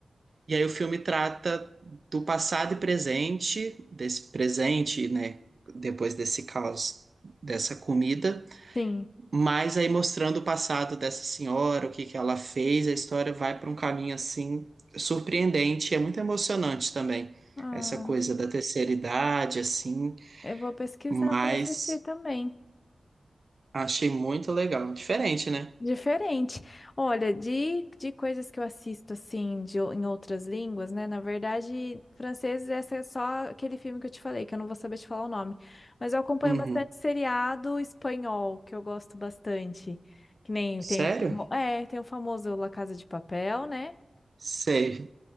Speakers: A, on the right; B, on the left.
A: E aí o filme trata do passado e presente, desse presente, né, depois desse caos dessa comida
B: sim.
A: mas aí mostrando o passado dessa senhora, o que que ela fez, a história vai para um caminho assim surpreendente, é muito emocionante também.
B: Ah,
A: Essa coisa da terceira idade assim,
B: eu vou pesquisar
A: mas
B: para assistir também.
A: achei muito legal, diferente, né?
B: Diferente. Olha, de, de coisas que eu assisto assim de, ou- em outras línguas, né? Na verdade, francês, essa é só aquele filme que eu te falei, que eu não vou saber te falar o nome. Mas eu acompanho
A: Uhum.
B: bastante seriado espanhol, que eu gosto bastante. Que nem
A: Sério?
B: tem o, famo- é, tem o famoso La Casa de Papel, né?
A: Sei.